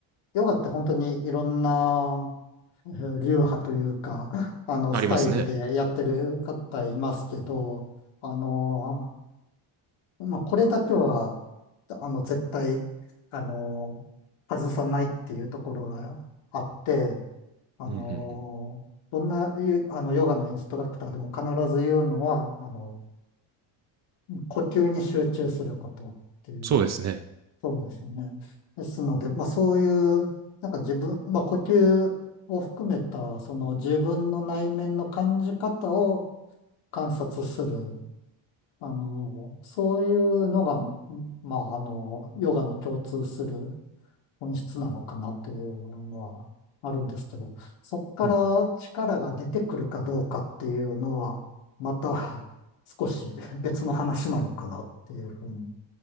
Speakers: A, on the left (about 75°); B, on the right (about 35°).
A: ヨガって本当にいろんなえー流派というか、あの、
B: ありますね。
A: スタイルでやってる方いますけど、あの、まあこれだけは、あの、絶対、あの、外さないっていうところがあって、あのーどんなゆあのヨガのインストラクターでも必ず言うのは、
B: うんうんうん、
A: あの、あの呼吸に集中することっていう、
B: そうですね。
A: そうですよね。ですので、まあそういう、なんか自分、まあ呼吸を含めた、その自分の内面の感じ方を観察する、あのーそういうのが、まああの、ヨガの共通する本質なのかなっていうのはあるんですけど、そこから力が出てくるかどうかっていうのは、
B: うんうん
A: また <laughs> 少し別の話なのかなっていうふうに。